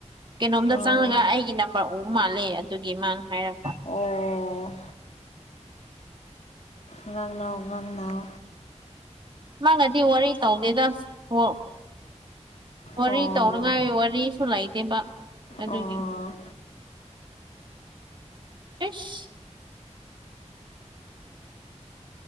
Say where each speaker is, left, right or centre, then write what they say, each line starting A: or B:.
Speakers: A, on the right; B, on the left.
A: ꯀꯩꯅꯣꯝꯗ
B: ꯑꯣ
A: ꯆꯪꯉꯒ ꯑꯩꯒꯤ ꯅꯝꯕꯔ ꯎ ꯃꯥꯜꯂꯦ ꯑꯗꯨꯒꯤ ꯃꯥꯥꯅ ꯍꯥꯏꯔꯛꯄ꯫
B: ꯑꯣ ꯉꯥꯡꯅꯧ ꯉꯥꯡꯅꯧ
A: ꯃꯥꯒꯗꯤ ꯋꯥꯔꯤ ꯇꯧꯗꯦꯗ ꯍꯣ ꯋꯥꯔꯤ
B: ꯑꯣ
A: ꯇꯧꯅꯉꯥꯏ ꯋꯥꯔꯤꯁꯨ ꯂꯩꯇꯦꯕ ꯑꯗꯨꯒꯤ꯫
B: ꯑꯣ
A: ꯑꯁ